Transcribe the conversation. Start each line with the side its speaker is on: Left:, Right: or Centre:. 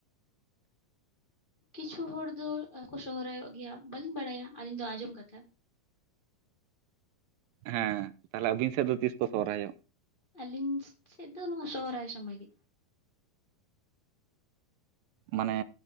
Left: ᱠᱤᱪᱷᱩ ᱦᱚᱲ ᱫᱚ ᱠᱚ ᱥᱚᱦᱨᱟᱭᱚᱜ ᱜᱮᱭᱟ ᱵᱟᱹᱞᱤᱧ ᱵᱟᱲᱟᱭᱟ ᱟᱹᱞᱤᱧ ᱫᱚ ᱟᱸᱡᱚᱢ ᱠᱟᱛᱷᱟ
Right: ᱦᱮᱸ ᱛᱟᱦᱚᱞᱮ ᱟᱵᱤᱱ ᱥᱮᱫ ᱫᱚ ᱛᱤᱥ ᱠᱚ ᱥᱚᱦᱨᱟᱭᱚᱜ
Left: ᱟᱹᱞᱤᱧ ᱥᱮᱫ ᱫᱚ ᱱᱚᱣᱟ ᱥᱚᱦᱨᱟᱭ ᱥᱚᱢᱚᱭ ᱜᱮ
Right: ᱢᱟᱱᱮ